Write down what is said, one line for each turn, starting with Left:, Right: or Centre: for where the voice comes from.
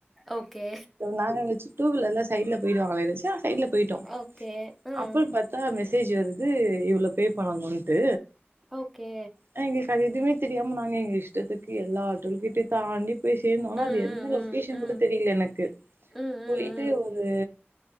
Centre: ஓகே
Right: நாங்க டூ வீலர்ல சைடு ல போயிடுவாங்கன்னு நெனச்சு சைட்ல போயிட்டோ
Centre: ஓகே ம்
Right: அப்பற பாத் பாத்தா மெசேஜ் வருது இவ்ளோ ஃபே பண்ணணு ட்டு
Centre: ஓகே
Right: அ எங்களுக்கு அது எதுமே தெரியாம நாங்க எங்க இஷ்டத்துக்கு எல்லா டோல்கேட் அது தாண்டி போய் சேந்தோ ஆனா
Centre: ம்
Right: அது எந்த
Centre: ம்
Right: லொகேஷன்னு
Centre: ம் ம்
Right: கூட தெரியல எனக்கு
Centre: ம் ம்
Right: போயி
Centre: ம்
Right: ஒரு